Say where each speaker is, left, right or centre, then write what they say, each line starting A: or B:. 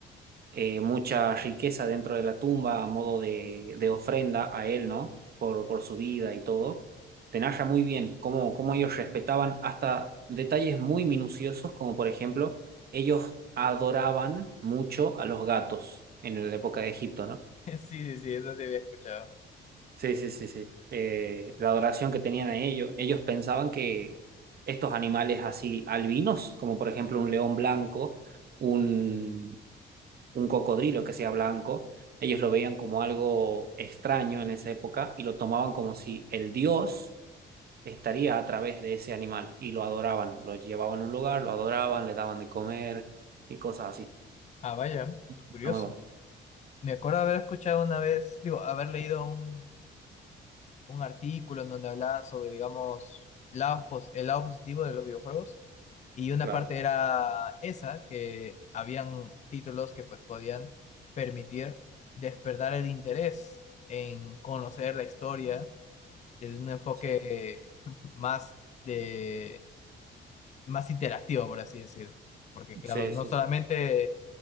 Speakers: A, on the right (about 50°); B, on the left (about 35°).
A: eh, mucha riqueza dentro de la tumba a modo de, de ofrenda a él, ¿no? Por, por su vida y todo. Te narra muy bien cómo, cómo ellos respetaban hasta detalles muy minuciosos, como por ejemplo, ellos adoraban mucho a los gatos en la época de Egipto, ¿no?
B: Sí, sí, sí, eso sí había escuchado.
A: Sí, sí, sí, sí. Eh, la adoración que tenían a ellos, ellos pensaban que estos animales así albinos, como por ejemplo un león blanco, un un cocodrilo que sea blanco. Ellos lo veían como algo extraño en esa época y lo tomaban como si el dios estaría a través de ese animal y lo adoraban. Lo llevaban a un lugar, lo adoraban, le daban de comer y cosas así.
B: Ah, vaya, curioso.
A: Está muy bueno.
B: Me acuerdo haber escuchado una vez, digo, haber leído un, un artículo en donde hablaban sobre, digamos, lado pos- el lado positivo de los videojuegos. Y una
A: Claro.
B: parte era esa, que habían títulos que pues podían permitir despertar el interés en conocer la historia Es un enfoque
A: Sí,
B: <laughs> más de, más interactivo, por así decirlo. Porque claro,
A: sí,
B: no
A: sí.
B: solamente